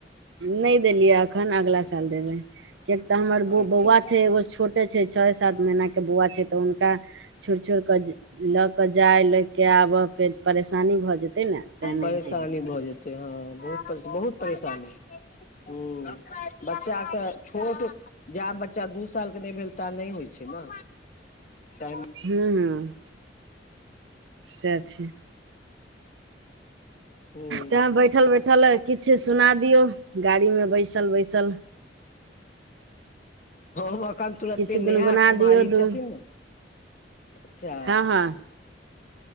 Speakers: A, on the right (about 80°); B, on the left (about 45°).
A: नहि देलियै अखन अगिला साल देबै कियक तऽ हमर
B: अच्छा
A: बौआ छै एगो छोटे छै छओ सात महीना के बौआ छै तऽ हुनका छोड़ि छोड़ि कऽ लऽ कऽ जाय लऽ कऽ आबह फेर परेशानी भऽ जेतै ने तैँ नहि
B: परेशानी
A: देली एखन
B: भऽ जेतै हँ बहुत बहुत परेशानी ह बच्चा के छोट जा बच्चा दू साल के नहि भेल ता नहि होइ छै ने टाइम
A: हुँ सैह छै
B: हूँ
A: तऽ बैठल बैठल किछु सुना दियौ गाड़ी मे बैसल बैसल
B: हम एखन तुरते
A: किछु
B: नेहा
A: गुनगुना
B: कुमारी
A: दियौ दू
B: छथिन ने अच्छा
A: हँ हँ